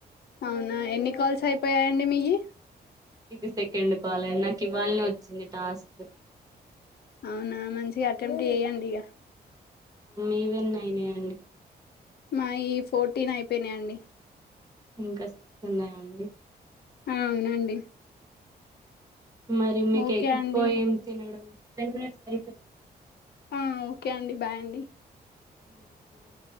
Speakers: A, on the left; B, on the right.
A: అవునా ఎన్ని కాల్స్ అయిపోయాయండి మీవి
B: ఇది సెకండ్ కాలండి నాకు ఇవవాలని వచ్చింది టాస్క్
A: అవునా మంచిగా అటెంప్ట్ చెయ్యండి ఇక
B: మీవెన్న అయినాయండి
A: మాయి ఫోర్టీన్ అయిపోయినా అండి
B: ఇంకా సిక్స్ ఉన్నాయండి
A: ఆ అవునండి
B: మరి మీకు
A: ఓకే
B: ఎక్కువ
A: అండి
B: ఏం తినడం టెన్ మినిట్స్ అయితాయి
A: ఆ ఓకే అండి బాయ్ అండి.
B: ఆ ఓకే అండి